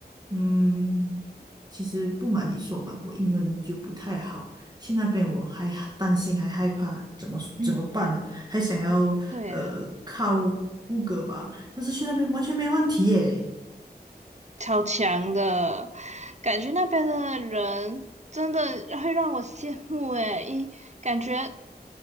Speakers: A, on the right (about 25°); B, on the right (about 40°).
A: 嗯，其实不瞒你说嘛，我英文就不太好，去那边我还担心还害怕，怎么怎么办呢？
B: 嗯，
A: 还想要呃靠
B: 对啊。
A: 谷歌吧，但是去那边完全没问题耶。
B: 超强的，感觉那边的人真的会让我羡慕诶，一感觉